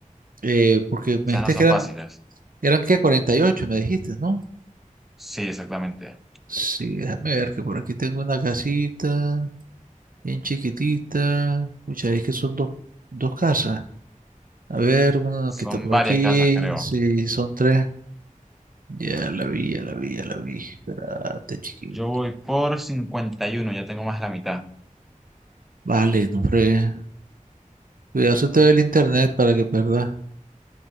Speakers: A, on the right; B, in the centre.
A: eh, porque me
B: Esas
A: dijiste
B: no son
A: que eran,
B: fáciles.
A: eran que 48, me dijiste, ¿no?
B: Sí, exactamente.
A: Sí, déjame ver que por aquí tengo una casita bien chiquitita. Escucha, es que son dos, dos casas. A ver, una nos quita
B: Son
A: por
B: varias
A: aquí.
B: casas, creo.
A: Sí, son tres. Ya la vi, ya la vi, ya la vi. Espérate, chiquito.
B: Yo voy por cincuenta y uno ya tengo más de la mitad.
A: Vale, no fregues. Cuidarse todo el internet para que perda.